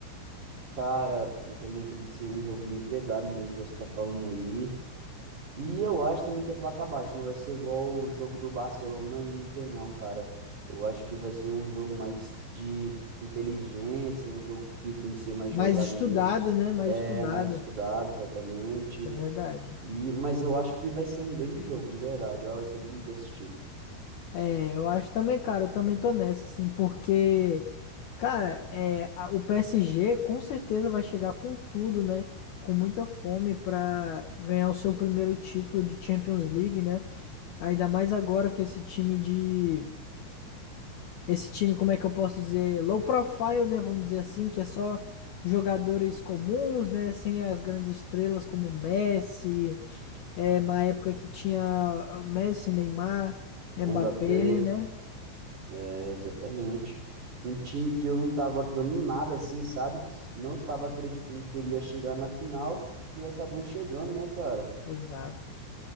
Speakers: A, on the right; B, on the left.
A: Cara, eu também acredito que seja um jogo bem pegado mesmo, igual você tá falando aí. E eu acho também que é placa baixa, não vai ser igual o jogo do Barcelona e Inter, não, cara. Eu acho que vai ser um jogo mais de inteligência, um jogo que tem que ser mais
B: Mais
A: jogado
B: estudado,
A: mesmo,
B: né? Mais
A: é
B: estudado,
A: mais estudado exatamente.
B: é verdade.
A: E, mas eu acho que vai ser um grande jogo, de verdade, ó, vai ser bonito de assistir.
B: É, eu acho também, cara, eu também tô nessa, assim, porque, cara, é, a- o PSG com certeza vai chegar com tudo, né? Com muita fome pra ganhar o seu primeiro título de Champions League, né? Ainda mais agora que esse time de. Esse time, como é que eu posso dizer? Low profile, né? Vamos dizer assim, que é só jogadores comuns, né? Sem as grandes estrelas como Messi, é, na época que tinha ah, Messi, Neymar, Mbappé,
A: Mbappé,
B: né?
A: é, exatamente. Um time que eu não estava dando nada assim, sabe? Não estava acreditando que iria chegar na final e acabou chegando, né, cara?
B: Exato.